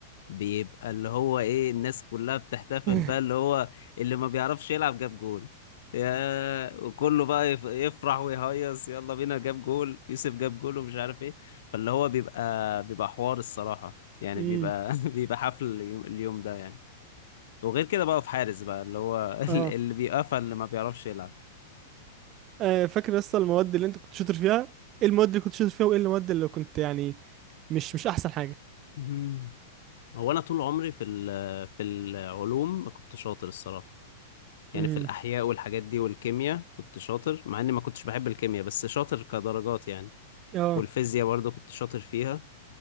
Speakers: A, on the left; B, on the right.
A: بيبقى اللي هو ايه الناس كلها بتحتفل
B: <laughs>
A: بقى اللي هو اللي ما بيعرفش يلعب جاب جول يا وكله بقى يف- يفرح ويهيص يلا بينا جاب جول يوسف جاب جول ومش عارف ايه فاللي هو بيبقى بيبقى حوار الصراحة يعني
B: مم.
A: بيبقى <laughs> بيبقى حفل اليوم اليوم ده يعني وغير كده بقى في حارس بقى اللي هو
B: اه
A: <laughs> اللي بيقفل اللي ما بيعرفش يلعب
B: آه، فاكر لسه المواد اللي انت كنت شاطر فيها ايه المواد اللي كنت شاطر فيها وايه المواد اللي كنت يعني مش مش احسن حاجه
A: مم. هو انا طول عمري في ال- في العلوم ما كنت شاطر الصراحه يعني
B: امم
A: في الاحياء والحاجات دي والكيمياء كنت شاطر مع اني ما كنتش بحب الكيمياء بس شاطر كدرجات يعني
B: اه
A: والفيزياء برضه كنت شاطر فيها